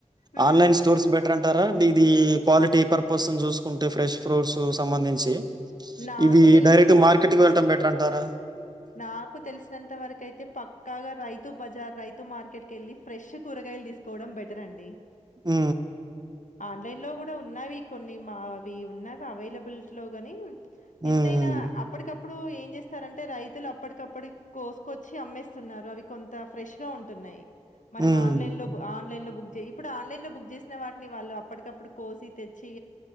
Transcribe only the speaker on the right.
ఆన్లైన్ స్టోర్స్ బెటర్ అంటారా ఇది క్వాలిటీ పర్పస్ ను చూసుకుంటే ఫ్రెష్ ఫ్రూట్స్ సంబంధించి
ఇది
డైరెక్ట్ మార్కెట్ కి వెళ్ళటం
బెటర్ అంటారా
ఆ
హ్మ్.
హ్మ్.